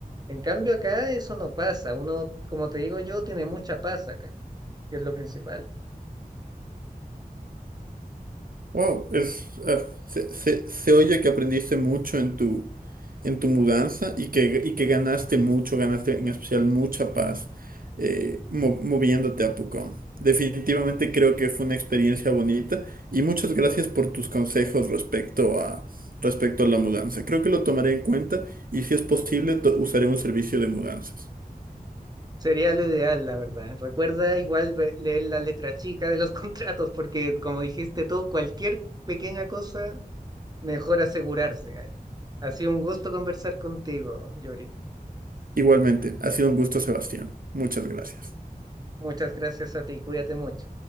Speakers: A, on the right; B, on the right.
A: En cambio acá eso no pasa. Uno, como te digo yo, tiene mucha paz acá, que es lo principal.
B: Wow, es, ah, se, se- se oye que aprendiste mucho en tu, en tu mudanza y que, y que ganaste mucho, ganaste en especial mucha paz eh, mo- moviéndote a Pucón. Definitivamente creo que fue una experiencia bonita y muchas gracias por tus consejos respecto a, respecto a la mudanza. Creo que lo tomaré en cuenta y si es posible to- usaré un servicio de mudanzas.
A: Sería lo ideal, la verdad. Recuerda igual ve- leer la letra chica de los <laughs> contratos, porque como dijiste tú, cualquier pequeña cosa, mejor asegurarse. ahí. Ha sido un gusto conversar contigo, Yuri.
B: Igualmente, ha sido un gusto, Sebastián. Muchas gracias.
A: Muchas gracias a ti, cuídate mucho.